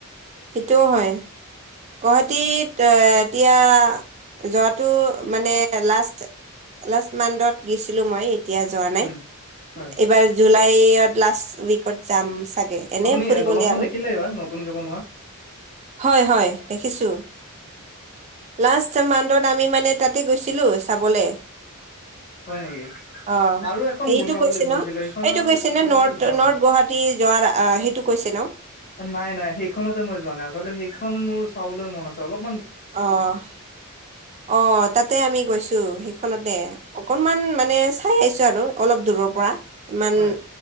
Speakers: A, on the right; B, on the left.
A: সেইটোও হয়। গুৱাহাটীত এতিয়া যোৱাটো মানে লাষ্ট লাষ্ট মাডত গৈছিলোঁ মই, এতিয়া যোৱা নাই।
B: উম হয়
A: এইবাৰ জুলাইত লাষ্ট উইকত যাম চাগে এনে
B: আপুনি
A: ফুৰিবলে
B: দলংখন
A: আৰু।
B: দেখিলে এইবাৰ নতুনকে বনোৱা
A: হয় হয় দেখিছোঁ। লাষ্ট মান্থত আমি মানে তাতে গৈছিলো চাবলৈ।
B: হয় নেকি?
A: অ',
B: আৰু এখন
A: এইটো
B: বনোৱা
A: কৈছে
B: বুলি শুনিছিলো
A: ন'
B: সেইখনৰ
A: এইটো কৈছে ন
B: ফালে
A: নৰ্থ
B: কিন্তু যোৱা
A: নৰ্থ
B: নাই
A: গুৱাহাটী যোৱাৰ সেইটো কৈছে ছে ন'।
B: নাই নাই সেইখনতে মই যোৱা নাই আচলতে সেইখন মোৰ চাবলৈ মন আছে অলপ
A: অ', অ', তাতে আমি গৈছো। সেই খ দে অকনমান মানে চাই আহিছো আৰু অলপ দূৰৰ পৰা। ইমান
B: হয়